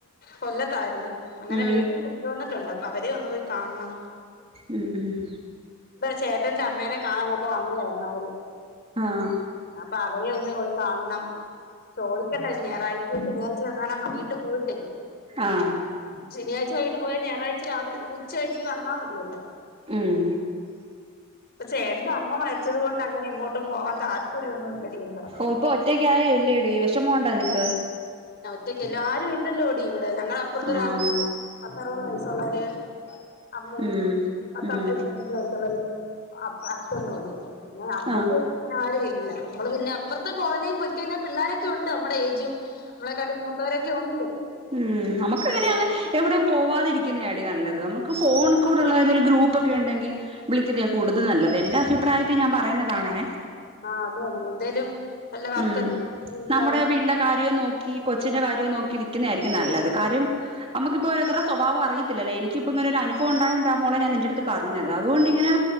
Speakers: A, on the left; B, on the right.
A: കൊല്ലത്തായിരുന്നു അങ്ങനെ
B: ഉം
A: വീട്ടിൽ കൊണ്ടുവന്നട്ട് ണ്ട് അ അവര ഒന്ന് പോയി കാണണം
B: ഉം ഉം
A: ചേതൻ അമ്മേനെ കാണാനൊക്കെ വന്നായിരുന്നു അവര്
B: ആഹ്
A: അപ്പ അവരെ ഒന്ന പോയി കാണണം ചോ ട്ടാ ഞായറാഴ്ച ശനിയാഴ്ച എങ്ങാണാൻ വൈകിട്ട് പോയിട്ടെ
B: ആഹ്
A: ശനാഴ്ച വൈകിട്ട് പോയാ ഞായറഴ്ച രാവിലെ ഉച്ചഴിഞ്ഞഞ് വന്നാ മതിയല്ലോ ആ
B: ഉം
A: പക്ഷെ എന്റെ അമ്മ മരിച്ചത് കൊണ്ട് അങ്ങനെ എങ്ങോട്ടും പോകാൻ താല്പര്യമൊന്നുമ ഇല്ല ദിയാസറക്കന്
B: ഓ ഇപ്പൊ ഒറ്റക്ക ആയി എല്ലടി വിഷമണ്ട നിനക്ക്
A: ഒറ്റക്കലോടി ആരും ഇന്നെല്ലോഓടി ഞങ്ങള അപ്പുറത്ത
B: ആഹ്
A: പത്തറുപത് സല്ലൊരു അമ്മയും
B: ഉം
A: പത്തെമ്പതു
B: ഉം
A: എൺപതഞ്ചു വയസുള്ളൊരു അപ്പ അക്കനേ ഉള്ളേ പിന്നെ നമ്മക്ക്
B: ആഹ്
A: പിന്നെ അങ്ങനെ ആരു ഇല്ല നമ്മള് പിന്നെ അപ്പുറത്തെ കോളനിയിൽ പോയിക്ക കഴിഞ്ഞാൽ പിള്ളാരൊക്കെ ഉണ്ട് നമ്മുടെ ഏജും നമ്മളെ കടി മൂത്തവരൊക്കെ ഉണ്ട്
B: ഉം
A: പിന്നെ
B: നമുക്ക്
A: കുഞ്ഞു
B: എങ്ങനെ അങ്ങ എവിടയും പോവാതിരി ക്ക്ന്നആടി നല്ലത് നമുക് ഫോൺ
A: ആഹ്
B: കൂടെള്ളതും ഗ്രൂപ്പ് ഇപ്പൊക്കെ ഉണ്ടെങ്കി വിളിക്ന്ന കൂടുതൽ നല്ലത് എന്റെ അഭിപ്രായത്തിൽ ഞാൻ പറയുന്നതാണേ
A: ആഹ് അത് തന്നെ എന്തേലും വല്ല വർക്കൊക്കെ
B: ഉം
A: നോക്കി വീട്ടില
B: നമ്മടെ വീട്ടിലെ കാര്യവും നോ ഈ കൊച്ചിന്റെ കാര്യവും നോക്കി നിക്കുന്നതായിരിക്കും നല്ലത്. കാര്യം നമുക്കിപ്പോ ഓരോരുത്തരുടെ സ്വഭാവം അറിയത്തില്ലല്ലോ. എനിക്കിപ്പം ഇങ്ങനൊരു അനുഭവം ഉണ്ടായതോണ്ടാ മോളേ ഞാൻ നിന്റെ അടുത്ത് പറഞ്ഞത്. അതുകൊണ്ടിങ്ങനെ